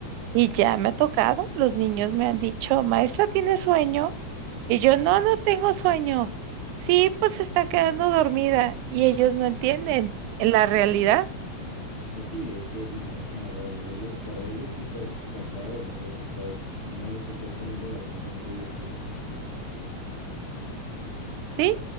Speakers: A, on the right (about 90°); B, on the left (about 25°).
A: Y ya me ha tocado, los niños me han dicho, maestra, ¿tiene sueño? Y yo, no, no tengo sueño. Sí, pues se está quedando dormida y ellos no entienden la realidad.
B: Pues sí, es que imagina, Gaby, ellos, para ellos tú estás cansado, no los estás, no les estás poniendo la atención que ellos quieren.
A: Sí,